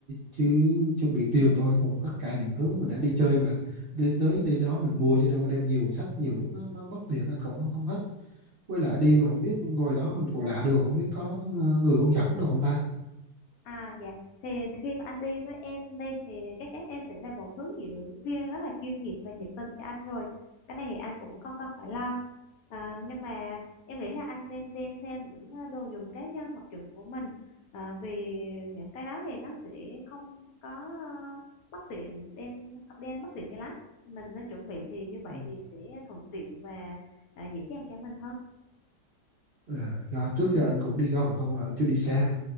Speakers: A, on the right (about 65°); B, on the left (about 70°).
A: chỉ chuẩn bị tiền thôi còn tất cả những thứ mình đã đi chơi mà đi tới đi đó mình mua chứ đâu có đem nhiều sách nhiều lúc nó nó bất tiện anh cũng không không thích với lại đi mà không biết ngồi đó mình còn lạ đường không biết có ờ, người hướng dẫn đồ không ta
B: À dạ, thì khi mà anh đi với em đi thì chắc chắn em sẽ là một hướng dẫn viên rất là chuyên nghiệp và nhiệt tình cho anh rồi. Cái này thì anh cũng không cần phải lo. À, nhưng mà em nghĩ là anh nên đem theo những ờ, đồ dùng cá nhân vật dụng của mình. À, vì những cái đó thì nó sẽ không có ờ, bất tiện đem đem bất tiện cho lắm. Mình nên chuẩn bị thì như
A: Ừ.
B: vậy thì sẽ thuận tiện và ờ, dễ dàng cho mình hơn.
A: à, do trước giờ anh cũng đi gần không à anh chưa đi xa